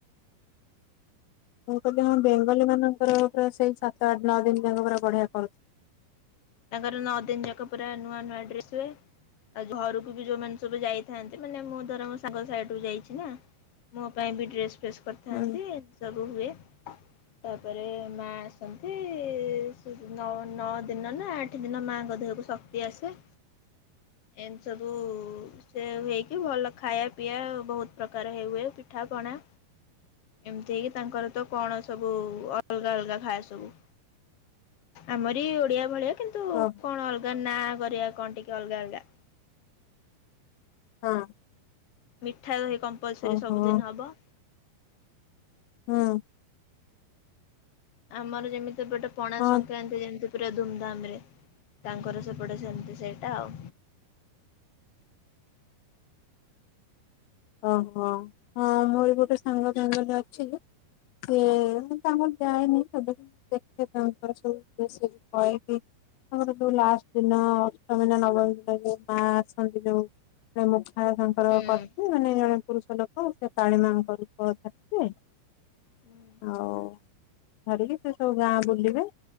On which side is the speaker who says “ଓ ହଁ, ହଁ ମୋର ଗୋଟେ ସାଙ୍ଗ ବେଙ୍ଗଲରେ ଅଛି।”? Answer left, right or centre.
Left